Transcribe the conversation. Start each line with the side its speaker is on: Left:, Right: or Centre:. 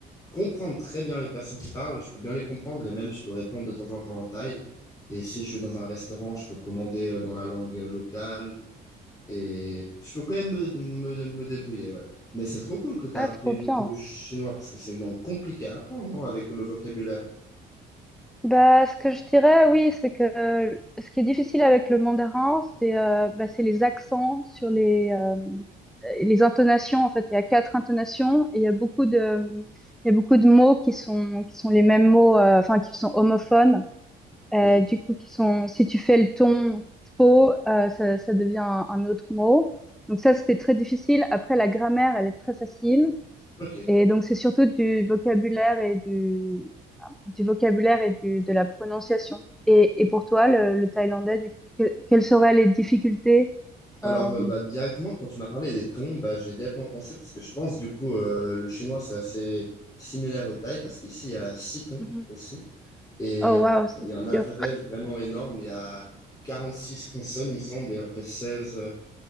Left: comprendre très bien les personnes qui parlent, je peux bien les comprendre et même je peux répondre de temps en temps en thaï. Et si je vais dans un restaurant, je peux commander euh, dans la langue euh, locale et je peux quand même me, me, me débrouiller, ouais. Mais c'est trop cool que tu
Centre: Ah,
Left: as appris
Centre: trop bien.
Left: du coup le chinois parce que c'est une langue compliquée à apprendre, non, avec le vocabulaire.
Centre: Bah, ce que je dirais, oui, c'est que euh, ce qui est difficile avec le mandarin, c'est euh, bah, c'est les accents sur les euh, les intonations. En fait, il y a quatre intonations et il y a beaucoup de il y a beaucoup de mots qui sont qui sont les mêmes mots, euh, enfin qui sont homophones.
Left: Oui.
Centre: Euh, du coup, qui sont si tu fais le ton faux, euh, ça ça devient un, un autre mot. Donc ça, c'était très difficile. Après, la grammaire, elle est très facile.
Left: Ok.
Centre: Et donc, c'est surtout du vocabulaire et du, du vocabulaire et du, de la prononciation. Et, et pour toi, le, le thaïlandais, du coup, que- quelles seraient les difficultés?
Left: Alors,
Centre: Euh,
Left: euh, bah, directement, quand tu m'as parlé des tons, bah, j'ai directement pensé, parce que je pense, du coup, euh, le chinois, c'est assez similaire au thaï, parce qu'ici, il y a six tons
Centre: mhm.
Left: aussi, et
Centre: Oh,
Left: il y a,
Centre: waouh, ça
Left: il
Centre: c'est
Left: y a un
Centre: dur.
Left: alphabet vraiment énorme, il y a 46 consonnes, il me semble, et après 16,